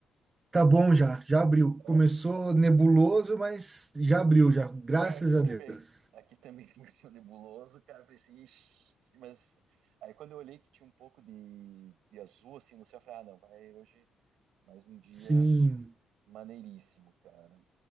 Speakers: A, on the right; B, on the right.
A: Tá bom já, já abriu.
B: Ó,
A: Começou nebuloso, mas já abriu já. Graças
B: é, aqui
A: a
B: também,
A: Deus.
B: aqui também <laughs> começou nebuloso, cara, eu falei assim, ixi, mas aí quando eu olhei que tinha um pouco de, de azul assim no céu, eu falei, ah, não, vai hoje mais um dia
A: Sim,
B: maneiríssimo, cara.